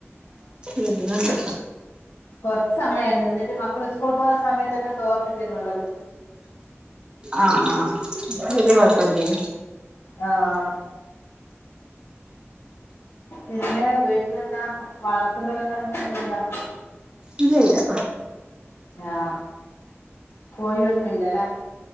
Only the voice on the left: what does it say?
കൊറച്ച സമയായിരുന്നു എന്നിട്ട് മക്കൾ സ്കൂള പോകുന്ന സമയത്തെല്ലാം തോർന്നിട്ടേന്നള്ളത്
ആഹ ഹ പിന്നെ വീട്ടില്ന്താ വളർത്ത് മൃഗങ്ങളെ ന്തെങ്കിലും ഇണ്ടാ.
ആഹ കോയിന്നുംല്ലല്ലാ